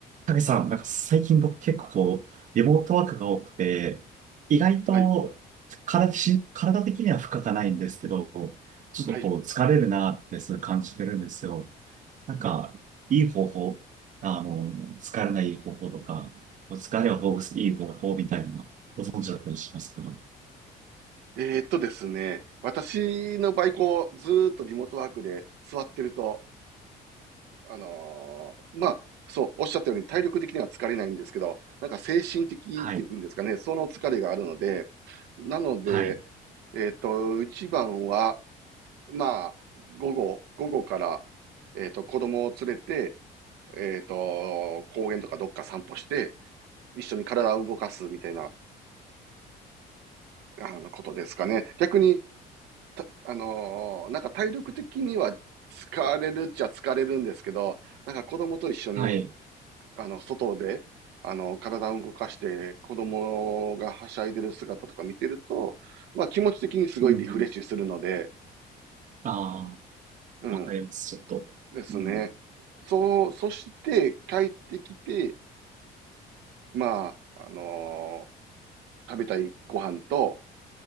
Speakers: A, on the right; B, on the right.
A: 影さん、なんか最近僕結構こう、リモートワークが多くて、意外と体し、
B: はい、
A: 体的には負荷がないんですけど、ちょっとこう疲れるなってすごい感じてるんですよ。
B: はい。
A: なんか、いい方法、あの、疲れない方法とか、疲れをほぐすいい方法みたいなのご存知だったりしますか
B: えーっとですね、私の場合、こう、ずーっとリモートワークで座ってると、あのーまあ、そう、おっしゃったように体力的には疲れないんですけど、なんか精神的っていうんですかね、
A: はい、
B: その疲れがあるので、なので、
A: はい、
B: えーっと、一番は、まあ、午後、午後から、えーっと、子供を連れて、えーっと、公園とかどっか散歩して、一緒に体を動かすみたいな、あの、ことですかね。逆に、た、あのーなんか体力的には疲れるっちゃ疲れるんですけど、なんか子供と一緒に、
A: はい。
B: あの、外で、あの、体を動かして、子供がはしゃいでる姿とか見てると、まあ気持ち的にすごいリフレッシュするので、
A: うん、ああ、
B: うん、
A: わかります、ちょっと。
B: ですね。
A: うん、
B: そう、そして帰ってきて、まあ、あのー食べたいご飯と、